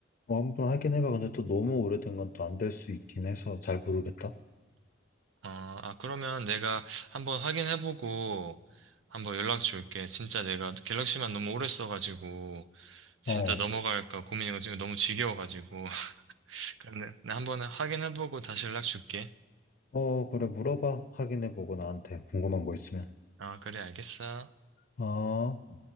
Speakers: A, on the left; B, on the right.
A: 어, 한번 확인해봐. 근데 또 너무 오래된 건 또 안 될 수 있긴 해서 잘 모르겠다.
B: 어, 아, 그러면 내가 한번 확인해보고 한번 연락 줄게. 진짜 내가 갤럭시만 너무 오래 써가지고 진짜
A: 어,
B: 넘어갈까 고민이고 지금 너무 지겨워가지고. <laughs> 근데 나 한번 확인해보고 다시 연락 줄게.
A: 어, 그래, 물어봐. 확인해보고 나한테 궁금한 거 있으면.
B: 아, 그래, 알겠어.
A: 어.